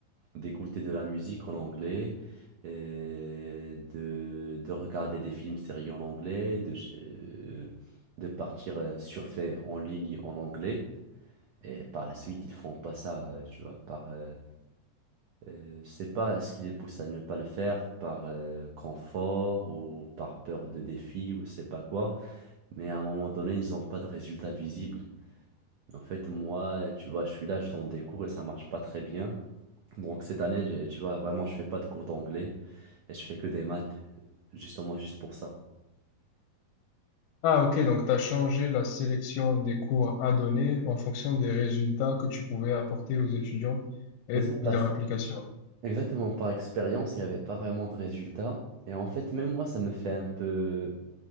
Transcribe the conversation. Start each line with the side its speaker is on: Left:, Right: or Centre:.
Right: D'écouter de la musique en anglais, et de, de regarder des films, séries en anglais, de, euh, de partir euh, surfer en ligne en anglais. Et par la suite, ils font pas ça, euh, tu vois, par, euh, euh, je pas, ce qui les pousse à ne pas le faire par euh, confort ou par peur de défi ou je sais pas quoi, mais à un moment donné, ils n'ont pas de résultats visibles. En fait, moi, tu vois, je suis là, je donne des cours et ça marche pas très bien. Donc cette année, j'ai- tu vois, vraiment, je fais pas de cours d'anglais et je fais que des maths, justement, juste pour ça.
Left: Ah, OK, donc tu as changé la sélection des cours à donner en fonction des résultats que tu pouvais apporter aux étudiants et
Right: C'est ça,
Left: de
Right: parce-
Left: leur implication.
Right: exactement, par expérience, il n'y avait pas vraiment de résultats. Et en fait, même moi, ça me fait un peu...